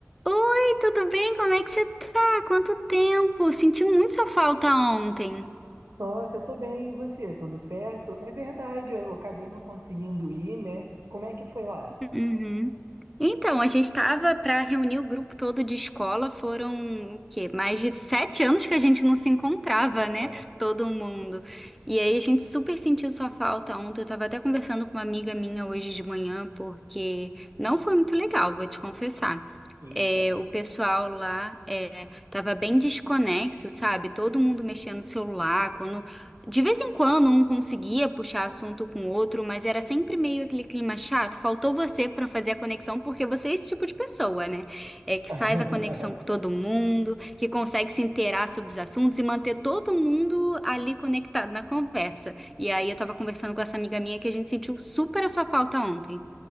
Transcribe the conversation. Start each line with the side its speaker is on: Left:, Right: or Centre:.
Centre: Oi, tudo bem? Como é que você tá? Quanto tempo? Senti muito sua falta ontem.
Right: Nossa, eu tô bem, e você? Tudo certo? É verdade, eu acabei não conseguindo ir, né? Como é que foi lá?
Centre: Uhum. Então, a gente tava pra reunir o grupo todo de escola. Foram o quê? Mais de sete anos que a gente não se encontrava, né?
Right: Nossa,
Centre: Todo mundo. E aí a gente super sentiu sua falta ontem. Eu tava até conversando com uma amiga minha hoje de manhã, porque não foi muito legal, vou te confessar.
Right: eita.
Centre: É, o pessoal lá é, tava bem desconexo, sabe? Todo mundo mexendo no celular. Quando De vez em quando um conseguia puxar assunto com o outro, mas era sempre meio aquele clima chato. Faltou você pra fazer a conexão, porque você é esse tipo de pessoa, né? É que
Right: <laughs>
Centre: faz a conexão com todo mundo, que consegue se inteirar sobre os assuntos e manter todo mundo ali conectado na conversa. E aí eu tava conversando com essa amiga minha que a gente sentiu super a sua falta ontem.